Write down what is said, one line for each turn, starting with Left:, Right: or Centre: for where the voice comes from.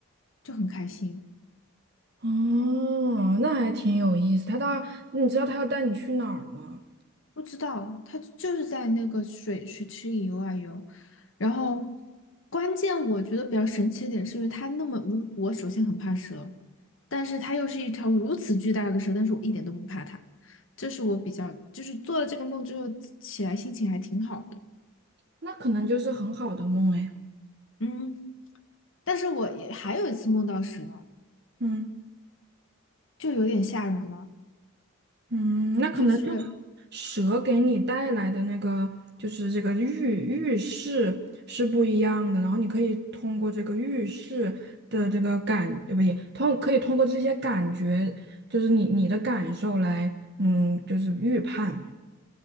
Left: 就很开心。
Right: 哦，那还挺有意思。他到，你知道他要带你去哪儿吗？
Left: 不知道，它就是在那个水水池里游啊游，然后关键我觉得比较神奇的点是因为它那么如我首先很怕蛇，但是它又是一条如此巨大的蛇，但是我一点都不怕它，这是我比较就是做了这个梦之后起来心情还挺好的，
Right: 那可能就是很好的梦哎。
Left: 嗯，但是我也还有一次梦到蛇，
Right: 嗯
Left: 就有点吓人了。
Right: 嗯，那可能就
Left: 就是。
Right: 蛇给你带来的那个，就是这个预预示是不一样的。然后你可以通过这个预示的这个感，呃不也通可以通过这些感觉，就是你你的感受来，嗯，就是预判。